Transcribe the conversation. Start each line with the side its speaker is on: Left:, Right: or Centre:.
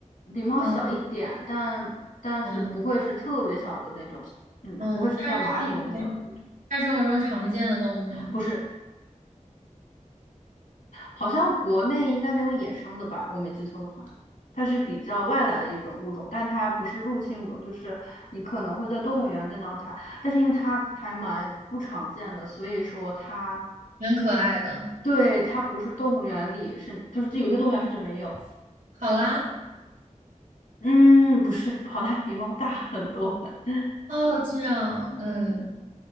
Left: 比猫小一点，
Right: 嗯
Left: 但但是不会是特别小的那种，
Right: 嗯
Left: 嗯，
Right: 嗯，
Left: 不会是像蚂蚁那么小的那种，
Right: 它是生活中它是生活中常见的动物吗？
Left: 不是，好像国内应该没有野生的吧，我没记错的话，它是比较外来的一种物种，但它不是入侵物种，就是你可能会在动物园见到它，但是因为它还蛮不常见的，所以说它
Right: 蛮可爱的，
Left: 对它不是动物园里是就是这有些动物园甚至没有。
Right: 好啦，
Left: 嗯，不是，跑它比猫大很多。<laughs>
Right: 哦，这样，
Left: 嗯，
Right: 嗯。